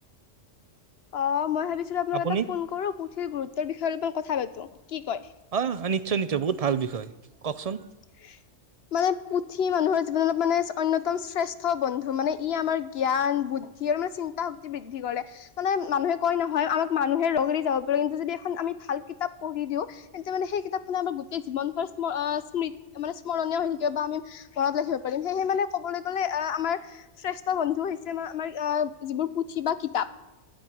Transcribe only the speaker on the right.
আপুনি
অঁ নিশ্চয় নিশ্চয় বহুত ভাল বিষয়, কওকচোন।